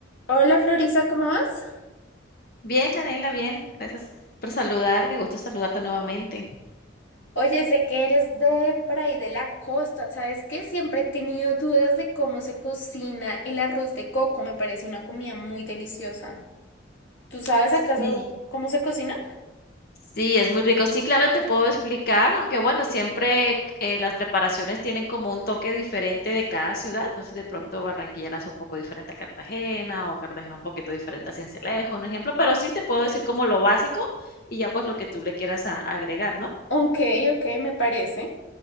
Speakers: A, on the left (about 80°); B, on the left (about 50°).
A: Hola Florisa, ¿cómo vas?
B: Bien, Daniela, bien. Gracias por saludar. Qué gusto saludarte nuevamente.
A: Oye, sé que eres de por ahí de la costa, ¿sabes qué? Siempre he tenido dudas de cómo se cocina el arroz de coco, me parece una comida muy deliciosa. ¿Tú sabes
B: Sí,
A: acaso cómo se cocina?
B: sí, es muy rico. Sí, claro, te puedo explicar, ¿no? Que bueno, siempre eh, las preparaciones tienen como un toque diferente de cada ciudad. Entonces, de pronto Barranquilla la hace un poco diferente a Cartagena o Cartagena un poquito diferente a Sincelejo, un ejemplo. Pero sí te puedo decir como lo básico y ya pues lo que tú le quieras a- agregar, ¿no?
A: Ok, ok, me parece.